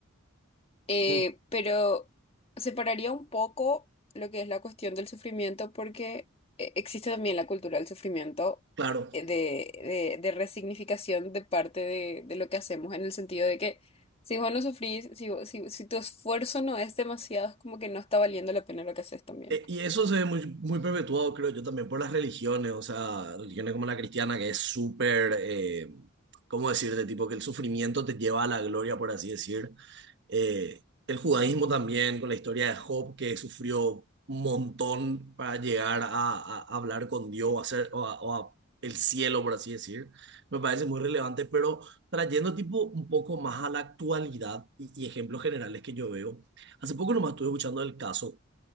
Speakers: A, on the left; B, on the right.
A: Eh,
B: Mm,
A: pero separaría un poco lo que es la cuestión del sufrimiento porque eh, existe también la cultura del sufrimiento
B: claro.
A: eh, de, de, de resignificación de parte de, de lo que hacemos en el sentido de que si vos no sufrís, si, vos- si, si tu esfuerzo no es demasiado, es como que no está valiendo la pena lo que haces también.
B: E- Y eso se ve muy, muy perpetuado, creo yo, también por las religiones, o sea, religiones como la cristiana, que es súper, eh, ¿cómo decirte? Tipo que el sufrimiento te lleva a la gloria, por así decir. Eh, el judaísmo también, con la historia de Job, que sufrió un montón para llegar a, a hablar con Dios, o a ser, o a, o a el cielo, por así decir. Me parece muy relevante, pero trayendo tipo un poco más a la actualidad y, y ejemplos generales que yo veo. Hace poco nomás estuve escuchando el caso